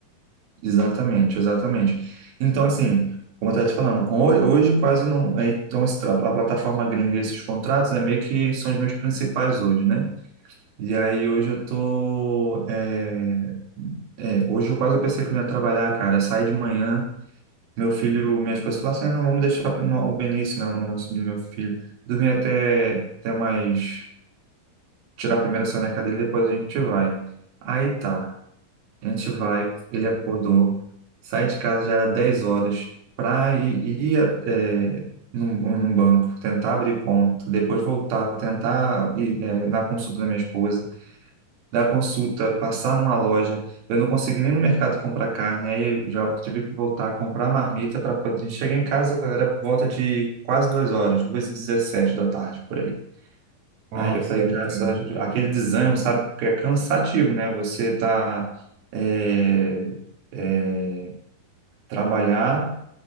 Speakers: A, on the right (about 75°); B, on the right (about 55°).
A: Exatamente, exatamente. Então, assim, como eu estava te falando, ho- hoje quase não. é, Então, esse tra- a plataforma gringa, e esses contratos, é meio que são os meus principais hoje, né? E aí, hoje eu tô. é, é, hoje eu quase pensei que eu não ia trabalhar, cara. Eu saí de manhã, meu filho, minha esposa falou assim: "Ah, não, vamos deixar pro no- o Benício, né, o nome do nosso- do meu filho, dormir até, até mais. Tirar a primeira soneca dele, depois a gente vai. Aí tá. A gente vai, ele acordou, sai de casa, já era 10 horas, para ir, ir é, num, num banco, tentar abrir conta, depois voltar, tentar ir é, na consulta da minha esposa, dar consulta, passar numa loja. Eu não consegui nem no mercado comprar carne, aí eu já tive que voltar a comprar marmita para poder. Cheguei em casa, era volta de quase duas horas, duas h 17 da tarde, por aí.
B: Nossa,
A: Aí eu falei,
B: eu
A: cara,
B: entendo.
A: isso aj- aquele desânimo, sabe? Porque é cansativo, né? Você tá é, é, trabalhar,